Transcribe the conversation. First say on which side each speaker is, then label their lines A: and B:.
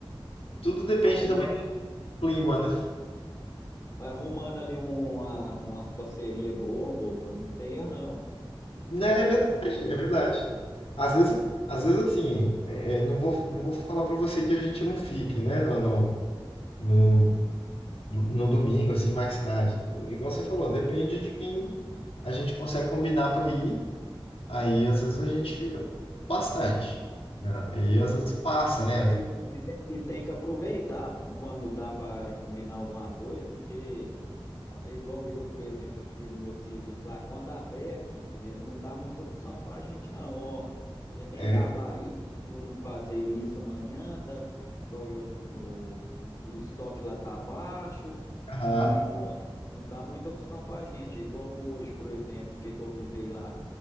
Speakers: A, on the left; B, on the left.
A: tudo depende
B: arrumando,
A: também do clima, né?
B: arrumando ali uma, umas parcerias boas, boba, não tem erro não.
A: Né,
B: É,
A: É verdade,
B: é bom
A: é verdade. Às vezes, às vezes assim, é, é, não vou, não vou falar para você que a gente não fique, né? Não, não, no domingo, assim, mais tarde. Tu- Igual você falou, depende de quem a gente consegue combinar para ir. Aí, às vezes, a gente fica bastante. né? Aí, às vezes, passa,
B: demais,
A: né?
B: é, e, e tem, e tem que aproveitar quando dá para combinar alguma coisa, porque Ah, É igual eu, por exemplo, aqui no meu serviço lá, quando aperta, meu filho, não dá muita opção pra gente não, ó, a gente tem
A: É,
B: que acabar isso, fazer isso amanhã, tá? Igual eu, o, o estoque lá tá baixo
A: aham,
B: e pronto, não dá muita opção pra gente. É igual hoje, por exemplo, o que que eu visei lá,